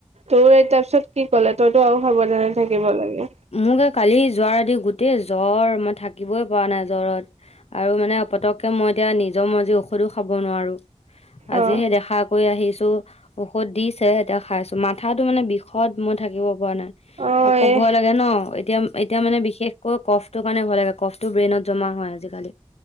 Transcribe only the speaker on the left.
মোক এ কালি যোৱাৰ ৰাতি গোটেই জ্বৰ মই থাকিবই পৰা নাই জ্বৰত আৰু মানে পতককে মই এতিয়া নিজৰ মজি ঔষধো খাব নোৱাৰো আজিহে
দেখা কৰি আহিছো ঔষধ দিছে এতিয়া খাইছো মাথাতটো মানে বিষ সদ মই থাকিব পৰা নাই
আকৌ
ভয় লাগে ন এতিয়া এতিয়া মানে বিশেষকৈ কফটোৰ কাৰণে ভয় লাগে কফটো ব্ৰেইনত জমা হয় আজিকালি